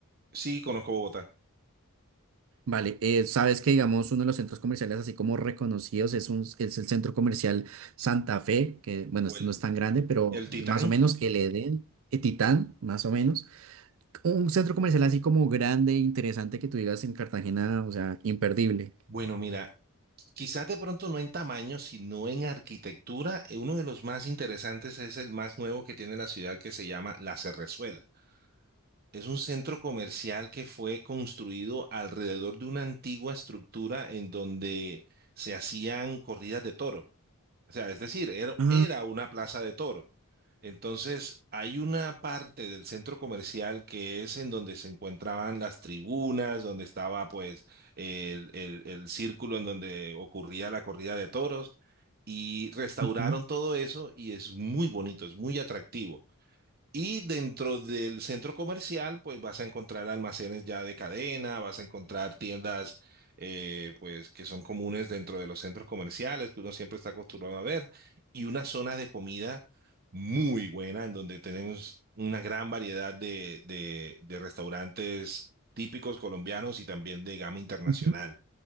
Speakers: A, on the right; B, on the right.
A: Sí, conozco Bogotá.
B: Vale, eh, sabes que digamos uno de los centros comerciales así como reconocidos es, un, es el centro comercial Santa Fe, que bueno,
A: O
B: este
A: el,
B: no es tan grande, pero
A: el Titán.
B: es más o menos el Edén, eh, Titán, más o menos. Un centro comercial así como grande, interesante que tú digas en Cartagena, o sea, imperdible.
A: Bueno, mira, quizás de pronto no en tamaño, sino en arquitectura. eh, Uno de los más interesantes es el más nuevo que tiene la ciudad que se llama La Cerrezuela. Es un centro comercial que fue construido alrededor de una antigua estructura en donde se hacían corridas de toro. O sea, es decir, era,
B: Ah,
A: era una plaza de toro. Entonces, hay una parte del centro comercial que es en donde se encontraban las tribunas, donde estaba pues el, el el círculo en donde ocurría la corrida de toros y restauraron
B: ujú.
A: todo eso y es muy bonito, es muy atractivo. Y dentro del centro comercial, pues vas a encontrar almacenes ya de cadena, vas a encontrar tiendas, eh, pues que son comunes dentro de los centros comerciales, que uno siempre está acostumbrado a ver, y una zona de comida muy buena, en donde tenemos una gran variedad de, de, de restaurantes típicos colombianos y también de gama internacional.
B: Ujú.